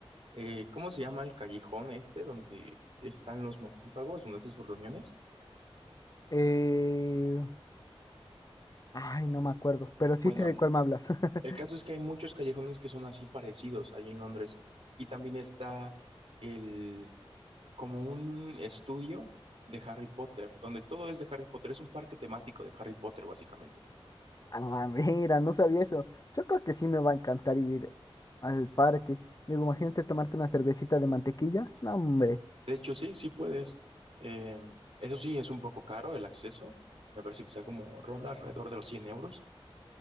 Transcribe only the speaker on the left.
Eh, Ay, no me acuerdo. Pero sí
sé de cuál me hablas. <laughs>
Ah, mira, no sabía eso. Yo creo que sí me va a encantar ir al parque. Digo, imagínate tomarte una cervecita de mantequilla. No, hombre.